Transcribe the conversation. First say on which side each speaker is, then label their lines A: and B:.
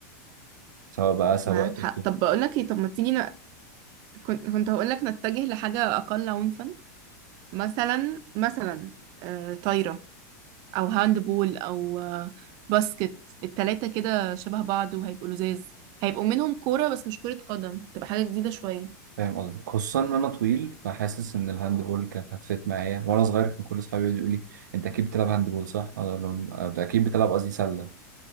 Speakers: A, on the right (about 85°); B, on the right (about 45°).
A: سواء بقى سواء
B: معاك حق
A: دكتور
B: طب بقول لك ايه طب ما تيجي ن... كنت كنت هقول لك نتجه لحاجه اقل عنفا مثلا مثلا آه... طايره او هاند بول او آه... باسكت التلاته كده شبه بعض وهيبقوا لزاز هيبقوا منهم كوره بس مش كره قدم تبقى حاجه جديده شويه
A: فاهم قصدك خصوصا ان انا طويل فحاسس ان الهاندبول كانت هتفت معايا وانا صغير كان كل اصحابي يقعدوا يقولوا لي انت اكيد بتلعب هاندبول صح؟ اقعد اقول لهم "آه، اكيد بتلعب قصدي سله